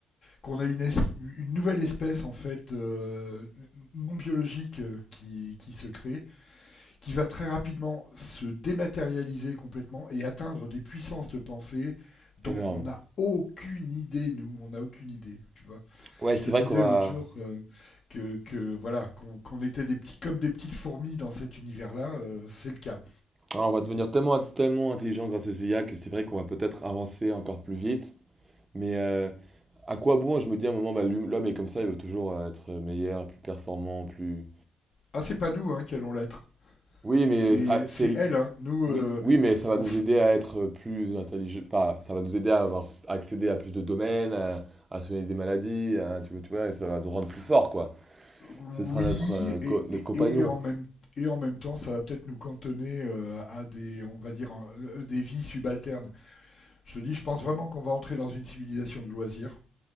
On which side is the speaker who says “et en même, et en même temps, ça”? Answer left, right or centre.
Left